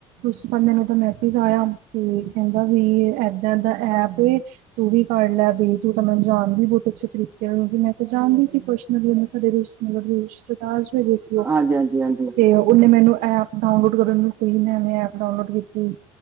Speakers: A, on the right (about 80°); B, on the right (about 20°).
A: ਉਸ ਬੰਦੇ ਨੂੰ ਤੇ ਮੈਸੇਜ ਆਇਆ ਤੇ ਕਹਿੰਦਾ ਵੀ ਏਦਾਂ ਏਦਾਂ ਐਪ ਏ ਤੂੰ ਵੀ ਕਰ ਲੈ ਬਈ ਤੂੰ ਤਾਂ ਮੈਨੂੰ ਜਾਨਦੀ ਬਹੁਤ ਅੱਛੇ ਤਰੀਕੇ ਨਾਲ ਵੀ ਮੈਂ ਤਾਂ ਜਾਨਦੀ ਸੀ ਪਰਸਨਲੀ ਉਹਨੂੰ ਸਾਡੇ ਮਤਲਬ ਰਿਸ਼ਤੇਦਾਰ ਜੋ ਹੈਗੇ ਸੀ ਓਹ
B: ਹਾਂਜੀ ਹਾਂਜੀ ਹਾਂਜੀ
A: ਤੇ ਓਨੇ ਮੈਨੂੰ ਐਪ ਡਾਊਨਲੋਡ ਕਰਨ ਨੂੰ ਕਈ, ਮੈਂਨੇ ਐਪ ਡਾਊਨਲੋਡ ਕੀਤੀ।